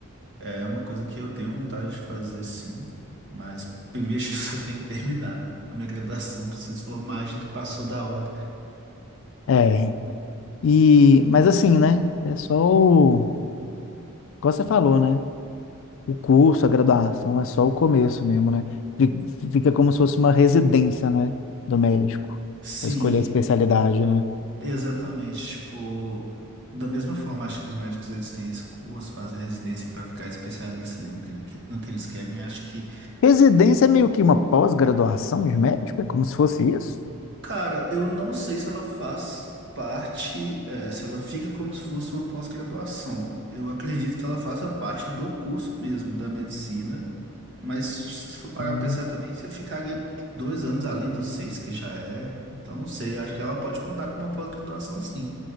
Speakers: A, on the right; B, on the left.
A: É uma coisa que eu tenho vontade de fazer, sim, mas primeiro <laughs> que você tem que terminar, né? A minha graduação, preciso formar, já passou da hora.
B: É. E, mas assim, né? É só o. Igual você falou, né? O curso, a graduação é só o começo mesmo, né? Fi- Fica como se fosse uma residência, né, do médico,
A: Sim,
B: para escolher a especialidade, né?
A: exatamente. Tipo, da mesma forma, acho que os médicos eles têm esse curso, fazem a residência para ficar especialista ali no que, ele que- no que eles querem. Acho que
B: Residência é meio que uma pós-graduação de médico, é como se fosse isso?
A: Cara, eu não sei se ela faz parte, eh, se ela fica como se fosse uma pós-graduação. Eu acredito que ela faça parte do curso mesmo, da medicina. Mas se você for parar
B: Hum.
A: pra pensar também, você ficaria dois anos além dos seis que já é. Então, não sei, eu acho que ela pode contar com uma pós-graduação sim.